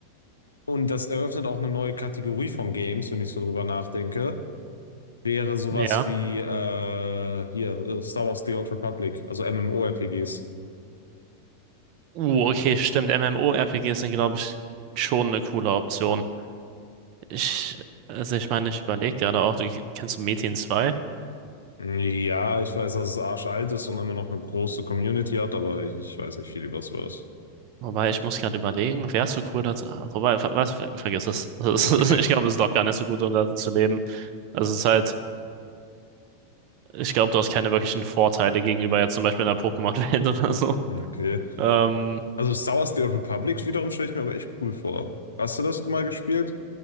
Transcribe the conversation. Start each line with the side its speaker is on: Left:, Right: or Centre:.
Left: und das eröffnet auch eine neue Kategorie von Games, wenn ich so drüber nachdenke, wäre sowas
Right: ja.
Left: wie äh, hier äh, Star Wars The Old Republic, also MMORPGs.
Right: Uh, okay, stimmt. MMORPGs sind, glaube ich, schon eine coole Option. Ich, also ich meine, ich überlege gerade auch, du kennst du Metin zwei?
Left: Ja, ich weiß, dass es arschalt ist und immer noch eine große Community hat, aber ich, ich weiß nicht viel über Star Wars.
Right: Wobei, ich muss gerade überlegen, wärst du cool dazu? ah, Wobei, ver was, ver vergiss es. <laughs> Das
Left: Okay,
Right: ist, ich glaube, es ist doch gar nicht so gut, um da zu leben. Also es ist halt, ich glaube, du hast keine wirklichen Vorteile gegenüber jetzt zum Beispiel einer Pokémon-Welt <laughs> oder so.
Left: okay.
Right: Ähm,
Left: Also Star Wars The Old Republic wiederum stelle ich mir aber echt cool vor. Hast du das mal gespielt?